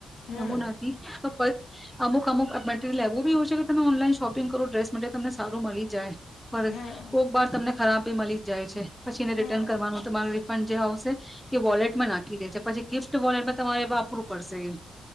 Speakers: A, on the left; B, in the centre.
A: હમ
B: એવું નથી <unintelligible> અમુક અમુક મટરિયલ એવું બી હોય છે કે તમે ઓનલાઈન શોપિંગ કરો ડ્રેસ માટે તમને સારું મલી જાય ફરક
A: હમ
B: <unintelligible> તમને ખરાબી મલી જાય છે પછી એને રિટર્ન
A: હમ
B: કરવાનું તો તમારો રિફંડ જે આવશે એ વોલેટમાં નાખી દે છે પછી ગિફ્ટ વોલેટ તમારે વાપરું પડશે